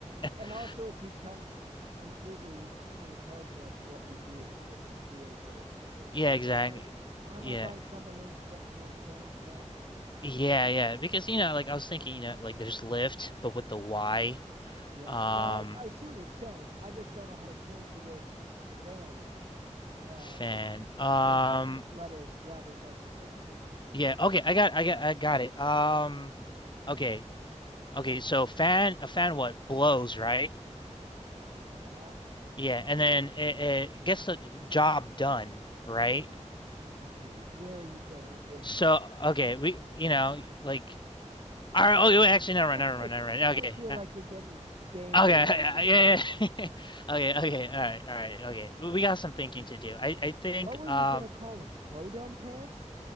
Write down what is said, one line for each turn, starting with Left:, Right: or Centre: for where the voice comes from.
Right: And
Left: <laughs>
Right: also, it becomes completely unintelligible as to what we do if it's PHA. Like, what, why
Left: Yeah, exactly.
Right: do I buy? Why am
Left: Yeah.
Right: I buying someone named fa- named fans pants?
Left: Yeah, yeah. Because, you know, like I was thinking, you know, like there's Lyft, but with the Y
Right: Yeah,
Left: Um,
Right: no, I I see what you're saying. I just don't know how to change the word fan um,
Left: fan. Um,
Right: when each letter is rather necessary.
Left: yeah. Okay, I got, I got, I got it. Um, okay, okay. So fan, a fan, what blows, right?
Right: Yeah.
Left: Yeah, and then it, it gets the job done, right?
Right: Okay, where are you going with this?
Left: So okay, we, you know, like, all right. Oh, wait, actually, never mind,
Right: <laughs>
Left: never
Right: I
Left: mind, never mind.
Right: I
Left: Okay,
Right: feel
Left: uh,
Right: like you're getting dangerous
Left: okay, <laughs> yeah,
Right: with this
Left: yeah.
Right: name.
Left: yeah. <laughs> Okay, okay, all right, all right, okay. We got some thinking to do. I, I think,
Right: What were
Left: um,
Right: you gonna call him? Blowdun pants?